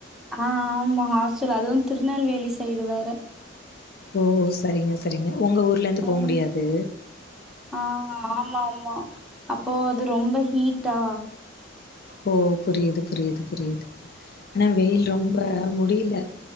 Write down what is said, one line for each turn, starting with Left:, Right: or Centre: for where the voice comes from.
Centre: ஆ ஆமா ஹாஸ்ட்டல் அதுவு திருநெல்வேலி சைடு வேற
Left: ஓ சரிங்க சரிங்க உங்க ஊர்ல இருந்து
Centre: ம்
Left: போ முடியாது
Centre: ஆ ஆமா ஆமா அப்போ அது ரொம்ப ஹீட்டா
Left: ஓ புரிது புரிது புரிது அனா வெயில் ரொம்ப முடில